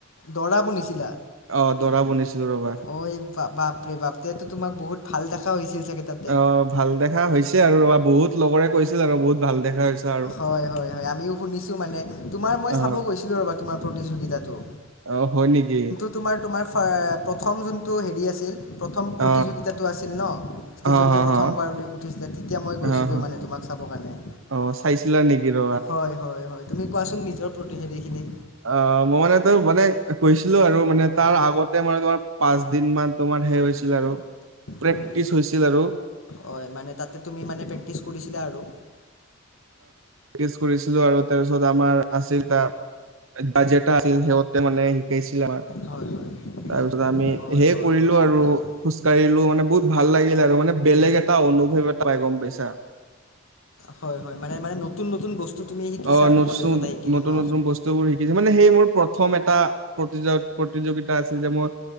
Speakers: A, on the left (about 80°); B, on the right (about 80°).
A: দৰাবোৰ নিছিলা
B: অ দৰা বনিছিলো ৰবা
A: ঐ বাপৰে বাপ ৰে তো তোমাক বহুত ভাল দেখা হৈছিল চাগে তাত
B: অ ভাল দেখা হৈছে আৰু ৰ বহুত লগৰে কৈছিল আৰু বহুত ভাল দেখা হৈছে আৰু
A: হয় হয় হয় আমিও শুনিছো মানে তোমাৰ মই
B: অ
A: চাব গৈছিলো ৰ'বা তোমাৰ প্ৰতিযোগিতাতটো
B: অ হয় নেকি
A: তোমাৰ তোমাৰ প্ৰথম যোনটো হেৰি আছিল প্ৰথম
B: অ
A: প্ৰতিযোগিতাটো আছিল ন ষ্টেজত
B: অ হ
A: যে প্ৰথমবাৰ
B: হ
A: উঠিছিলে তেতিয়া মই
B: অ
A: গৈছিলোঁ
B: হ
A: মানে তোমাক চাবৰ কাৰণে
B: অ চাইছিলা নেকি ৰ
A: হয় হয় হয় তুমি কোৱাচোন নিজৰ প্ৰতিষেধিখিনি
B: অ মই মানে তই মানে কৈছিলো আৰু মানে তাৰ আগতে মানে তোমাৰ পাঁচ দিন মান বমান সেই হৈছিল আৰু প্ৰেক্টিচ
A: হয়
B: হৈছিল আৰু
A: হয় মানে তাতে তুমি মানে প্ৰেক্টিচ কৰিছিলা আৰু
B: প্ৰেক্টিছ কৰিছিলো আৰু তাৰপিছত আমাৰ আছিল ত বাজেটা আছিল সিহঁতে মানে শিকাইছিল আমাৰ
A: হয় হয়
B: তাৰপিছত আমি
A: হয়
B: সে
A: হয়
B: কৰিলো
A: হয়
B: আৰু
A: হয়
B: খোজকাঢ়িলো মানে বহুত ভাল লাগিল আৰু মানে বেলেগ এটা অনুভৱ এটা পাই গম পাইছা
A: হয় হয় মানোনে নতুন নতুন বস্তু তুমি শিকিছা
B: অ
A: আৰু
B: নু
A: কলেজত আহি কিনে
B: নতুন
A: ন
B: নতুন বস্তু বোৰ শ কিু মানে সেই মোৰ প্ৰথম এটা প্ৰতিয প্ৰতিযোগিতা আছিল যে মোৰ